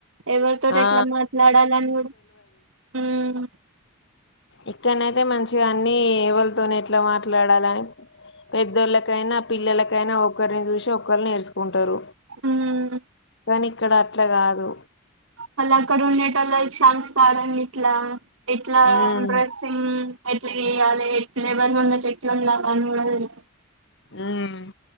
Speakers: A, on the right; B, on the left.
A: ఎవరితోటి
B: ఆ
A: ఎట్లా మాట్లాడాలని కూడా ఉమ్
B: ఇక్కన్నయితే మంచిగా అన్ని ఎవలతోనిఎట్లా మాట్లాడాలని పెద్దోళ్ళకైనా పిల్లలకైనా ఒకరిని చూసి ఒకళ్ళు నేర్చుకుంటారు
A: ఉమ్
B: కానీ ఇక్కడ అట్లా కాదు
A: వాళ్లు అక్కడ ఉండేటోళ్లు అయి మనం ఇట్లా ఇట్లా
B: ఉమ్
A: డ్రెస్సింగ్ ఎట్లా చెయ్యాలే ఎవరు ముందు ఎట్లా ఉండాలో కూడా తెలవదు
B: ఉమ్